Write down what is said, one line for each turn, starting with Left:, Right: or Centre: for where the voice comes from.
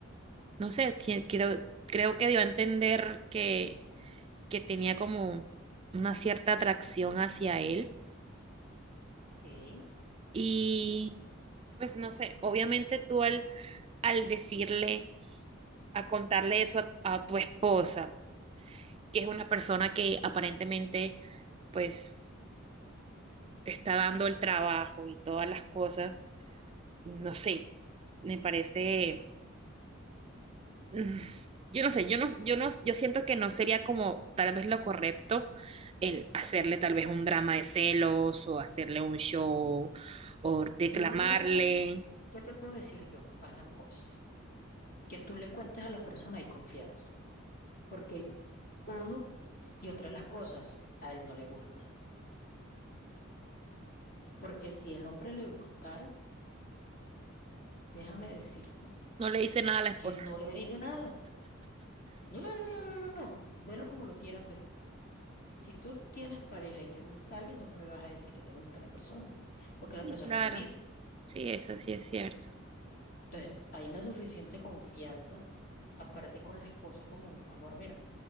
Right: no sé, tie- creo, creo que dio a entender que, que tenía como una cierta atracción hacia él
Left: Ok.
Right: y pues no sé, obviamente tú al al decirle a contarle eso a, a tu esposa, que es una persona que aparentemente, pues, te está dando el trabajo y todas las cosas, no sé, me parece, mm, yo no sé, yo no, yo no, yo siento que no sería como tal vez lo correcto el hacerle tal vez un drama de celos o hacerle un show o reclamarle.
Left: Yo, ¿qué te puedo decir yo? Pasan cosas. Que tú le cuentes a la persona y confianza. Porque uno y otra de las cosas a él no le gusta. Porque si el hombre le gustara, déjame decirte
Right: No le dice nada a la esposa.
Left: que no le dice nada. No, no, no, no, no, no, no. Velo como lo quieras ver. Si tú tienes pareja y te gusta alguien, tú no le vas a decir que te gusta la persona o que
Right: Sí,
Left: la persona
Right: claro,
Left: te dijo.
Right: sí, eso sí es cierto.
Left: Entonces, hay la suficiente confianza, aparte con la esposa, como, amor, mira,